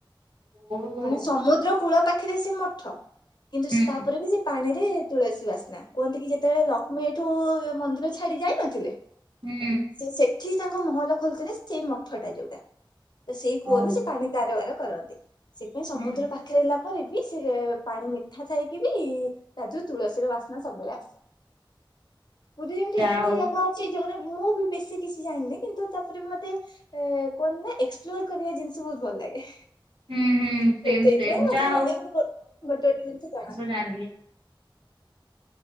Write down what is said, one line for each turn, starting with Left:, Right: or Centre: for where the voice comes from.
Right: ଓ ହୁଁ
Left: ମାନେ ସମୁଦ୍ର କୂଳ ପାଖ ପାଖିରେ ସେ ମଠ କିନ୍ତୁ ସେ
Right: ହୁଁ।
Left: ତାପରେ ବି ସେ ପାଣି ରେ ତୁଳସୀ ବାସ୍ନା କୁହନ୍ତି କି ଯେତେବେଳେ ଲକ୍ଷ୍ମୀ ତୁ ମନ୍ଦିର ଛାଡି ଯାଇ ନଥିଲେ
Right: ହୁଁ
Left: ସେ ସେଠି ତାଙ୍କ ମହଲ ଖୋଲିଥିଲେ ସେଇ ମଠ ଟା ଯୋଉଟା ତ ସେଇ କୂଅରୁ
Right: ଓହୋ
Left: ସେ ପାଣି କାରବାର। କରନ୍ତି ସେଥି ପାଇଁ ସମୁଦ୍ର
Right: ହୁଁ
Left: ପାଖରେ ଫେରିଲା ପରେ ବି ସେ ପାଣି ମିଠା ଥାଇକି ବି ତା ଥୁରୁ ତୁଳସୀର ବାସ୍ନା ସବୁବେଳେ ଆସେ। ପୁରୀ ରେ
Right: ଯାହା
Left: ଏତେ
Right: ହଉ
Left: ଜାଗା ଅଛି ଯୋଉରେ ମୁଁ ବି ବେଶୀ କିଛି ଜାଣିନି କିନ୍ତୁ ତାପରେ ବି ମତେ କୁହନ୍ତି ନା ଏକ୍ସପ୍ଲୋର କରିବା ଜିନିଷ ବହୁତ ଭଲ ଲାଗେ।
Right: ହୁଁ ହୁଁ ସେମ୍
Left: ସେ ସେଇଥି
Right: ସେମ୍
Left: ପାଇଁ ଗୋଟେ
Right: ଯାହା
Left: ଗୋଟେ ଜିନିଷ ଜଣା
Right: ଜାଣିନି